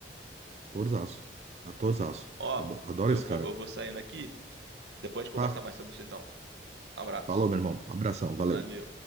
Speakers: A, on the right; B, on the right.
A: atorzaço, atorzaço.
B: Ó,
A: Ado- Adoro
B: eu
A: esse
B: vou,
A: cara.
B: eu vou saindo aqui. Depois a gente conversa
A: Tá?
B: mais sobre isso então. Abraço.
A: Falou, meu irmão. Abração, valeu.
B: Valeu.